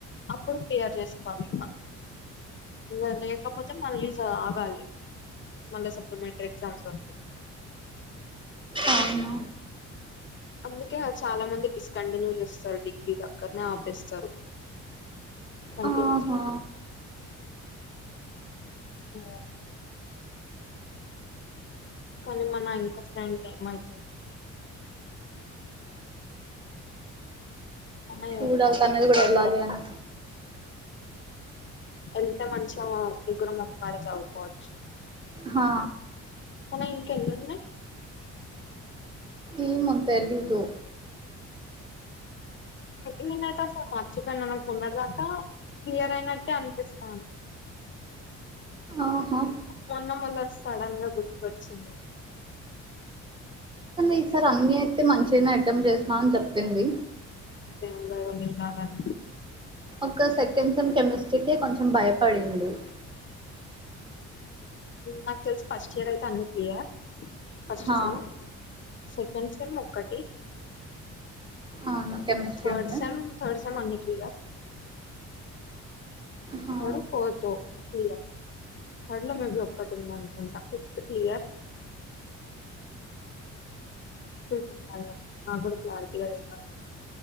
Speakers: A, on the left; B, on the right.
A: ఇప్పుడు క్లియర్ చేసుకోవాలి మనం ఇగ లేకపోతే మళ్ళీ జ్ ఆగాలి మళ్ళి సప్లిమెంటరీ ఎక్జామ్స్ వరకు
B: అవునా
A: అందుకే చాలా మంది డిస్కంటిన్యూ చేస్తారు డిగ్రీ ఇగ అక్కన్నే ఆపేస్తారు కంటిన్యూ
B: ఆహా
A: చేయాలి అ కానీ మ నా ఇంకా ఫ్రెండ్ ఏమైతదో తనే
B: చూడాలీ
A: అలానే
B: తనది కూడా
A: ఉండాలి.
B: ఎల్లాలి అని
A: ఏళ్ళితే మంచిగ ముగ్గురం ఒక్కకాడ చదువుకోవచ్చు
B: హా
A: తనయి ఇంకేంనున్నాయి
B: ఏమో తెలిదు
A: నేనైతే అసలు మర్చిపోయినా నాకు మొ న్నటి దాకా క్లియర్ అయినట్టే అనిపిస్తాన్
B: ఆహా
A: మొన్న మళ్ళీ సడన్ గా గుర్తుకొచ్చింది
B: ఈ సార్ అన్ని అయితే మంచినే అటెంట్ చేసిన అని చెప్పింది
A: దేవుని దయవల్ల ఎల్లలన్ని
B: ఒక సెకండ్ సేమ్ కెమిస్ట్రీకే కొంచెం భయపడింది
A: నాకు తెలిసి ఫస్ట్ ఇయర్ అయితే అన్ని క్లియర్ ఫస్ట్
B: హా
A: సెమ్ సెకండ్ సెమ్ ఒక్కటి
B: అవును కెమిస్ట్రీ
A: థాడ్
B: ఉండే
A: సెమ్ థర్డ్ సెమ్ అన్ని క్లియ్యర్
B: హా
A: థర్డ్ ఫోర్త్ క్లియ్యర్ థడ్ లొ మేబీ ఒక్కటుందన్కుంటా ఫిఫ్త్ క్లియ్యర్ <unintelligible> నా గ్గూడా క్లారిటీ దెల్వద్